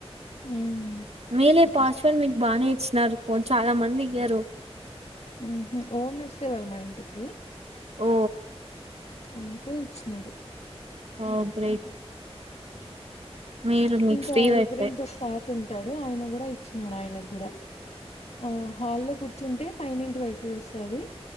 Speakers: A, on the left; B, on the right.
A: ఉమ్
B: మీలే పాస్వర్డ్ మీకు బాగానే ఇచ్చినారు చాలా మంది ఇయ్యరు
A: ఉహు ఓనర్సే వాళ్ళు మా ఇంటికి
B: ఓ
A: అందుకు ఇచ్చినారు
B: ఓ గ్రేట్ మీరు మీకు
A: ఇంకా
B: ఫ్రీ వైఫై
A: ఎదురింట తాతుం టాడు ఆయన కూడా ఇచ్చినడు ఆయనది కూడా, ఆ హాల్లో కూర్చుంటే పైనింటి వైఫై వస్తాది,